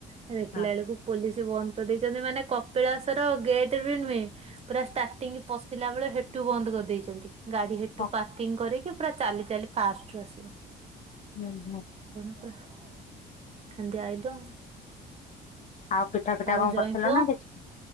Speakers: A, on the right; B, on the left.
A: ହେଲେ ଦେଖିଲା
B: ହଁ
A: ବେଳକୁ ପୋଲିସ। ସେଠୀ ବନ୍ଦ କରିଦେଇଛନ୍ତି ମାନେ କପିଳାସର ଗେଟ ବି ନୁହେଁ। ପୁରା ଷ୍ଟାର୍ଟିଂ ପଶିଲା ବେଳେ ହେଟୁ ବନ୍ଦ କରିଦେଇଛନ୍ତି। ଗାଡି ହେଟୁ
B: ହଁ
A: ପାର୍କିଂ କରିକି। ପୁରା ଚାଲି ଚାଲି ଫାଷ୍ଟୁରୁ ଆସିଲୁ।
B: ନାଇଁ ହଁ।
A: <unintelligible> ହେନ୍ତି ଆଇଲୁ ଆଉ।
B: ଆଉ ପିଠା ପିଠା
A: ଆଉ
B: କଣ
A: ଜଇଁ
B: କରିଥିଲ
A: ପୁଅ
B: ନା କିଛି ନାହିଁ